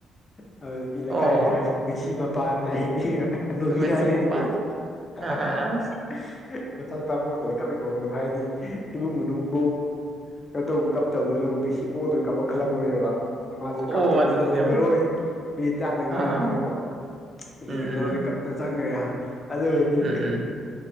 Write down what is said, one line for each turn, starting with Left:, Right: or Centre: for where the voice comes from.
Left: <unintelligible> ꯂꯩꯀꯥꯏꯒꯤ
Right: ꯑꯣ
Left: ꯃꯤꯅ ꯍꯥꯏꯁꯤ ꯃꯦꯁꯤ ꯃꯄꯥꯅ <unintelligible> ꯍꯅꯨꯕꯤꯅ
Right: ꯃꯦꯁꯤ
Left: <unintelligible>
Right: ꯃꯄꯥꯟ ꯑꯥ ꯑꯥ ꯑꯥ
Left: ꯃꯆꯥ ꯅꯨꯄꯥ <unintelligible> ꯏꯃꯨꯡ ꯃꯅꯨꯡ ꯐꯧ ꯀꯩꯅꯣ ꯇꯧꯕ ꯀꯞꯇꯕꯗꯨꯅ ꯃꯦꯁꯤ ꯄꯣꯗꯣꯔꯦ ꯀꯞ ꯈꯠꯂꯛꯄꯅꯦꯕ ꯃꯥꯖꯦ
Right: ꯑꯣ
Left: ꯀꯞꯇꯣꯔꯦ
Right: ꯑꯗꯨꯗꯅꯦꯕ
Left: ꯌꯦꯡꯉꯔꯣꯏ ꯃꯤꯅꯤꯠ ꯇꯥꯔꯥꯇꯪ ꯉꯥꯏꯔꯕꯅꯤꯅꯀꯣ
Right: ꯑꯥ ꯑꯥ ꯎꯝ
Left: ꯌꯦꯡꯉꯔꯣꯏ
Right: ꯎꯝ
Left: ꯀꯞ ꯇꯅ ꯆꯪꯒ꯭ꯔꯦ ꯍꯥ ꯑꯗꯨꯒꯗꯤ
Right: ꯎꯝ ꯎꯝ